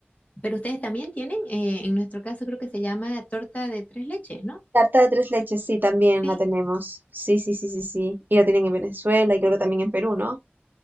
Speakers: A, on the left (about 35°); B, on the right (about 50°).
A: Pero ustedes también tienen, eh, en nuestro caso creo que se llama torta de tres leches, ¿no?
B: Tarta de tres leches, sí, también
A: Sí.
B: la tenemos. Sí, sí, sí, sí, sí. Y la tienen en Venezuela y creo que también en Perú, ¿no?